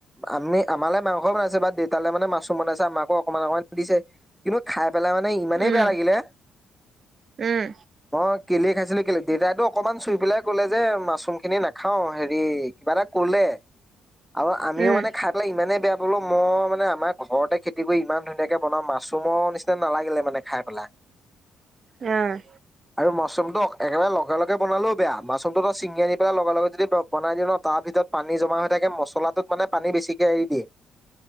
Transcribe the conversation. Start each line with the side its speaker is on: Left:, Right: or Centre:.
Centre: আমি, আমালে মাংসও বনাইছে, বা দেউতালৈ মানে মাছো বনাইছে আমাকো অকণমান অকণমান দিছে কিন্তু, খাই পেলাই মানে ইমানেই
Right: উম
Centre: বেয়া লাগিলে
Right: উম
Centre: অ', কেলে খাইছিলো, কেলে দেউতাইটো অকমান চুই পেলাই কলে, যে মাছৰুম খিনি না হেৰি কিবা এটা কলে, আৰু আমিও
Right: উম
Centre: মানে খাই ইমানেই বেয়া পালো, মই মানে আমাৰ ঘৰতে খেতি কৰি ইমান ধুনীয়াকে বনাওঁ, মাছৰুমৰ নিচিনা নালাগিলে মানে খাই পেলাই
Right: উম,
Centre: আৰু মাছৰুমটো একেবাৰে, লগে লগে বনালেও বেয়া, মাছৰুমটো তই ছিঙি আনি পেলাই লগে লগে যদি বনাই দিয় ন তাৰ ভিতৰত পানী জমা হৈ থাকে, মছলাটোত মানে পানী বেছিকৈ এৰি দিয়ে